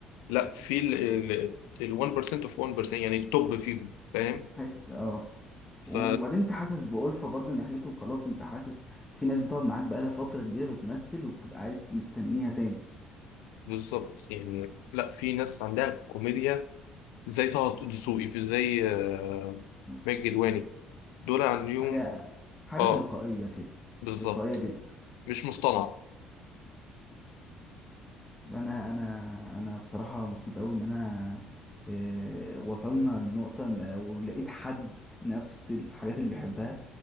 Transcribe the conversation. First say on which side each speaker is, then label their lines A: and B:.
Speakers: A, on the left (about 75°); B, on the left (about 15°).
A: لا في ال 1% اوف 1% يعني التوب فيهم فاهم
B: حاسس اه
A: ف
B: وبعدين انت حاسس بألفة برضو ناحيته وخلاص انت حاسس في ناس بتقعد معاك بقالها فترة كبيرة بتمثل وبتبقى عايز مستنيها تاني
A: بالظبط يعني لا في ناس عندها كوميديا زي طه دسوقي في زي آه،
B: م-
A: ماجد الكدواني دول عندهم
B: حاجة حاجة
A: اه
B: تلقائية كده
A: بالظبط
B: تلقائية جدا
A: مش مصطنع
B: انا انا انا بصراحه مبسوط قوي ان انا آه، وصلنا لنقطه إن- ولقيت حد نفس الحاجات اللي بيحبها